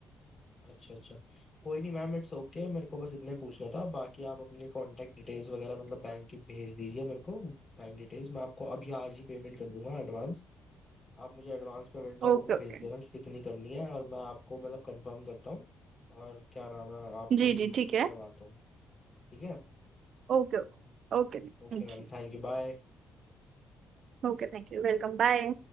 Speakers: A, on the left (about 30°); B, on the right (about 60°).
A: अच्छा अच्छा कोई नहीं मैम इट्स ओके मेरे को बस इतने पूछना था बाकी आप अपने कांटेक्ट डिटेल्स वगैरह मतलब बैंक की भेज दीजिए मेरे को बैंक डिटेल्स मैं आपको अभी आज ही पेमेंट कर दूंगा एडवांस आप मुझे एडवांस पेमेंट का वो
B: Okay
A: भी
B: okay
A: भेज देना कि कितनी करनी है और मैं आपको मतलब कंफर्म करता हूँ और क्या नाम है आपको
B: जी
A: ही
B: जी ठीक है
A: करवाता हूँ ठीक है
B: Okay okay Okay thank
A: Okay ma'am
B: you
A: thank you bye
B: Okay thank you welcome bye